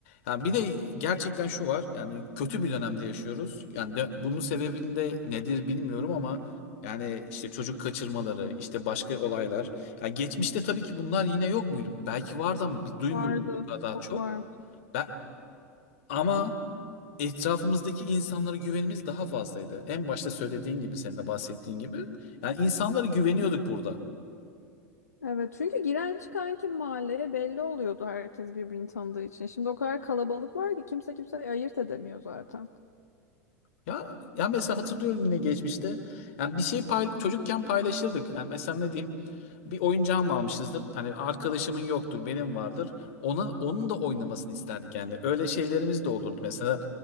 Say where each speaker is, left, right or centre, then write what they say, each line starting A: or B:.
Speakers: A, on the left (about 50°); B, on the left (about 75°).
A: yani bir de gerçekten şu var. Yani kötü bir dönemde yaşıyoruz. Yani de- bunun sebebinde nedir bilmiyorum ama yani işte çocuk kaçırmaları, işte başka olaylar. Ya geçmişte tabii ki bunlar yine yok muydu? Belki vardı ama biz duymuyorduk
B: Vardı.
A: bu kadar
B: Çok
A: çok.
B: var.
A: Ben ama etrafımızdaki insanlara güvenimiz daha fazlaydı. En başta söylediğin gibi, senin de bahsettiğin gibi. Yani insanlara güveniyorduk burada.
B: Evet çünkü giren çıkan kim mahalleye belli oluyordu herkes birbirini tanıdığı için. Şimdi o kadar kalabalık var ki kimse kimseyi ayırt edemiyor zaten.
A: Ya ya mesela hatırlıyorum yine geçmişte. Yani bir şey payla- çocukken paylaşırdık. Yani mesela ne diyeyim? Bir oyuncağımı almışızdır. Hani arkadaşımın yoktur, benim vardır. Ona onun da oynamasını isterdik yani. Öyle şeylerimiz de olurdu mesela.